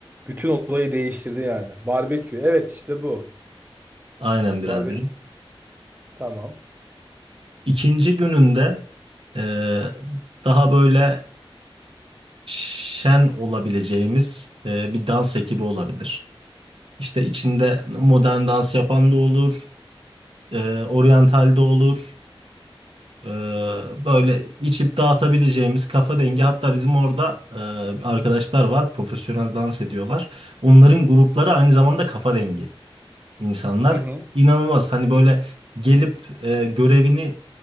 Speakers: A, on the right (about 20°); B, on the right (about 70°).
A: bütün olayı değiştirdi yani. Barbekü. Evet işte bu.
B: Aynen biraderim.
A: Barbekü. Tamam.
B: İkinci gününde e, daha böyle şen olabileceğimiz e, bir dans ekibi olabilir. İşte içinde modern dans yapan da olur, e, oryantal de olur. E, böyle içip dağıtabileceğimiz kafa dengi. Hatta bizim orada e, arkadaşlar var, profesyonel dans ediyorlar. Onların grupları aynı zamanda kafa dengi. insanlar.
A: Hı hı.
B: İnanılmaz hani böyle gelip e, görevini